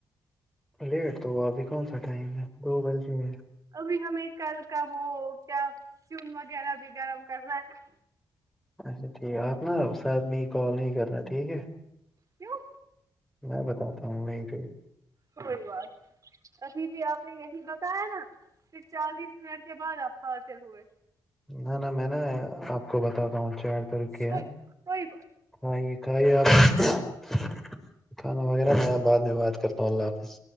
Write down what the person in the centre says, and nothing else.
لیٹ تو ہو ابھی کون سا ٹائم ہے دو بجے ہے
اچھا ٹھیک ہے آپ نا اس آدمی کال نہیں کرنا ٹھیک ہے
میں بتاتا ہوں وہ کہی
نہ نہ میں نے آپ کو بتاتا ہوں چک کرکے
کھ یہ کھائیے آپ <unintelligible> کھانا وغیرہ میں بعد میں بات کرتا ہوں اللہ حافظ